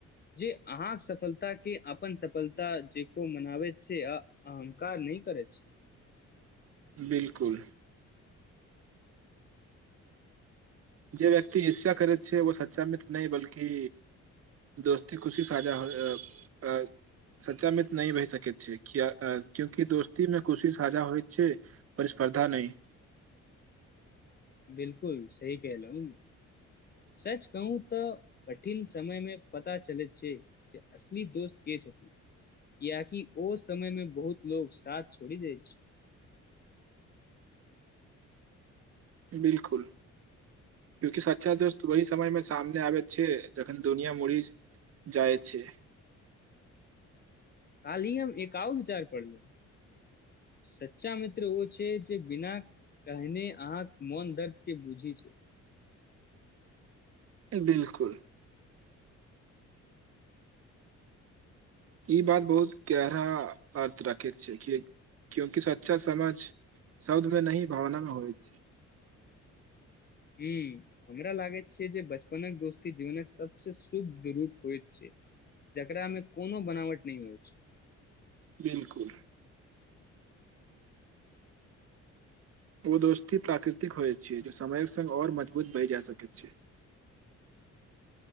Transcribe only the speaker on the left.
जे अहाँ सफलता के अपन सफलता जेको मनाबैत छै आ अहंकार नहि करै छै
बिल्कुल सही कहलहू सच कहू तऽ कठिन समय मे पता चलैत छै जे असली दोस्त के छथि कियाकि ओ समयमे बहुत लोक साथ छोड़ि दैत छै <unintelligible>
काल्हि हम एक आओर विचार पढ़लौ सच्चा मित्र ओ छै जे बिना कहने अहाँक मोन दर्द के बूझय छै
ह हमरा लागै छै जे बचपनक दोस्ती जीवन सबस शुद्ध रूप होय छै जकरामे कोनो बनावट नहि होय छै
<unintelligible>